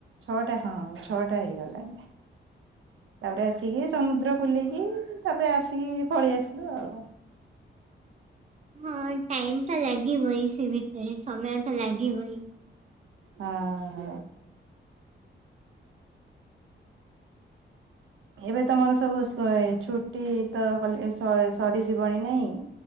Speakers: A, on the right; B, on the right.
A: ଛଅଟା ହଁ ଛଅଟା ହେଇଗଲାଣି। ତାପରେ ଆସିକି ସମୁଦ୍ର ଵୁଲିକି ତାପରେ ଆସିକି ପଳେଇ ଆସିଲୁ ଆଉ।
B: ହଁ ଟାଇମ୍ ତ ଲାଗିବ ହି ସେ ଭିତରେ ସମୟ ତ ଲାଗିବ ହି।
A: ହ ହ। ଏବେ ତମର ସବୁ ଛୁଟି ତ ହଲି ସ ସ ସରିଯିବଣି ନାଇଁ।